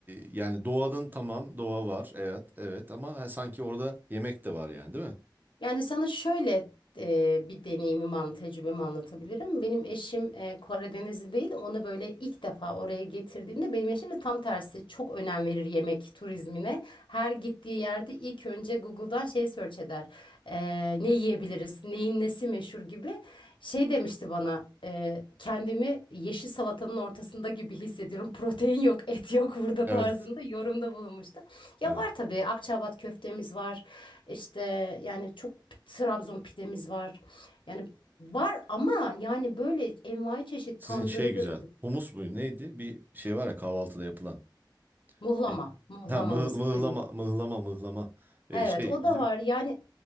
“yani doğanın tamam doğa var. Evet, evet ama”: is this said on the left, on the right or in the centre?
Right